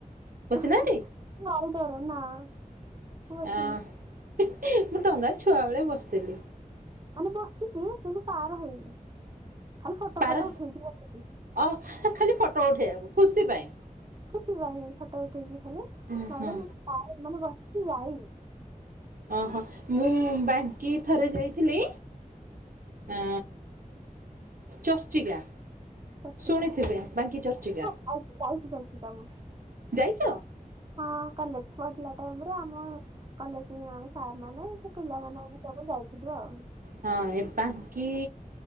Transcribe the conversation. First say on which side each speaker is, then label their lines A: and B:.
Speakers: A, on the right (about 70°); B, on the right (about 30°).
A: ବସିନାହାନ୍ତି?
B: ତ ଭାରି ଡର, ନା ତ ବସିନି।
A: ଆ ମୁଁ ଡଙ୍ଗାରେ ଛୁଆବେେଳେ ବସିଥିଲି।
B: ମାନେ ବସିଛି କିନ୍ତୁ ପାର ହେଇନି। ଖାଲି ଫଟୋ
A: ପାର
B: ଫଟୋ ଉଠେଇଛି ଖାଲି।
A: ଅ ଖାଲି ଫଟୋ ଉଠେଇବାକୁ ଖୁସି ପାଇଁ।
B: କିଛି ନାଇଁ, ଫଟୋ ଉଠେଇଛିି ଖାଲି,
A: ହୁଁ
B: ନହେଲେ
A: ହୁଁ
B: ମୁ <unintelligible> ମାନେ ବସିକି ଯାଇନି।
A: ଓହୋ ମୁଁ ବାଙ୍କି ଥରେ ଯାଇଥିଲି
B: <inaudible>
A: ଆ ଚର୍ଚ୍ଚିକା।
B: ଚର୍ଚ୍ଚିକାହଁ
A: ଶୁଣିଥିବେ ବାଙ୍କି ଚର୍ଚ୍ଚିକା
B: ଯାଇଛି ଚାଞ୍ଚିକା ମୁଁ।
A: ଯାଇଛ?
B: ହଁ କଲେଜ ପଡିଲା ଟାଇମରେ ଆମ କଲେଜ ତା ମାନେ ସେ ପିଲାମାନୋନ ଆମେ ସବୁ ଯାଉଥିଲୁ ଆଉ।
A: ହଁ ଏ ବାଙ୍କି